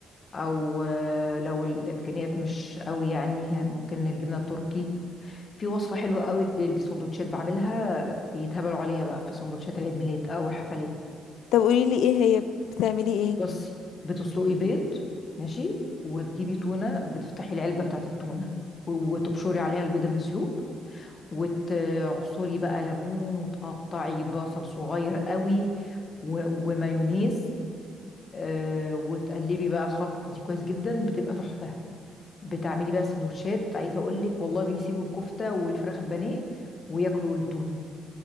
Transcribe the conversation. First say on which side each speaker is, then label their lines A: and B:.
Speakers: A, on the left; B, on the left.
A: او آه، لو الامكانيات مش قوي يعني ممكن الجبنة التركي في وصفة حلوة قوي للسندوتشات بعملها بيتهبلوا عليها بقى في سندوتشات العيد ميلاد او الحفلات
B: طب قوليلي ايه هي بتعملي ايه
A: بصي بتسلقي بيض ماشي وتجيبي تونة بتفتحي العلبة بتاعت التونة و- وتبشري عليها البيض المسلوق وتعصري بقى ليمون وتقطعي بصل صغير قوي و- ومايونيز آه، وتقلبي بقى الخلطة دي كويس جدا بتبقى تحفة بتعملي بقى سندوتشات عايزة اقول لك والله بيسيبوا الكفتة والفراخ البانيه وياكلوا التونة دي